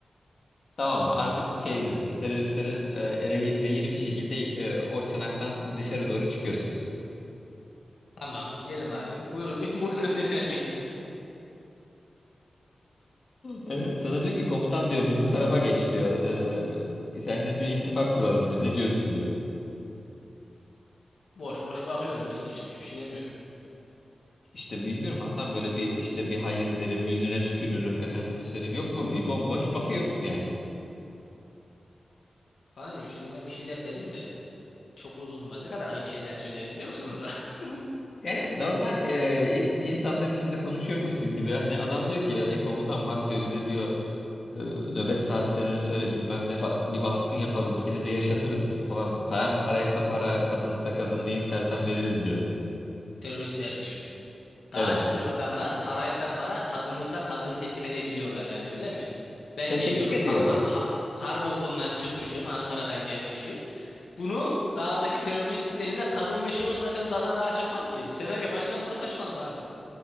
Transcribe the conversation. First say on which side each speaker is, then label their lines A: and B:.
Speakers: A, on the left (about 60°); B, on the left (about 80°).
A: Tamam mı? Artık şeydesin. teröristlerin e, rehin, rehini bir şekilde e, o çanaktan dışarı doğru çıkıyorsunuz.
B: Tamam gidelim abi. Buyurun <laughs> buyurun önerilerini.
A: Evet, sana diyor ki komutan diyor bizim tarafa geç diyor. Ee, sen de diyor ittifak kuralım diyor. Ne diyorsun diyor.
B: Boş boş bakıyorum ne diyeceğim hiçbir şey demiyorum.
A: İşte bilmiyorum Hasan böyle bir işte bir hayır derim yüzüne tükürürüm efendime söyleyeyim yok mu bir bomboş bakıyor musun yani?
B: Kaan'cığım şimdi ben bir şeyler derim de çok uygun olmaz. Ne kadar ayıp şeyler söylerim biliyor musun? <laughs>
A: Yani normal e, i- insanlar içinde konuşuyor musun gibi hani adam diyor ki e, komutan bak diyor bize diyor e, nöbet saatlerini söyle bilmem ne ba- bir baskın yapalım seni de yaşatırız falan param paraysa para kadınsa kadın ne istersen veririz diyor.
B: Teröristler diyor. Dağa
A: Evet.
B: çıkmış adamlar paraysa para, kadınsa kadını teklif edebiliyorlar yani öyle mi? Ben
A: Ya
B: geliyorum.
A: teklif ediyor.
B: Ha, ha, ha- harp okulundan çıkmışım, Ankara'dan gelmişim. Bunu dağdaki teröristin eline kadın ve şey olsa zaten bu dağdan daha çıkmaz ki. Senaryo baştan sona saçmalık abi.